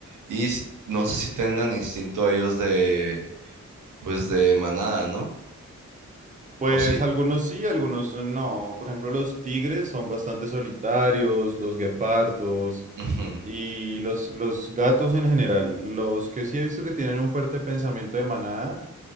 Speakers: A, on the right; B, on the right.
A: Y s- no sé si tengan instinto ellos de, pues, de manada, ¿no?
B: Pues
A: ¿O sí?
B: algunos sí, algunos no. Por ejemplo, los tigres son bastante solitarios, los guepardos.
A: Ujú.
B: Y los, los gatos en general, los que sí he visto que tienen un fuerte pensamiento de manada,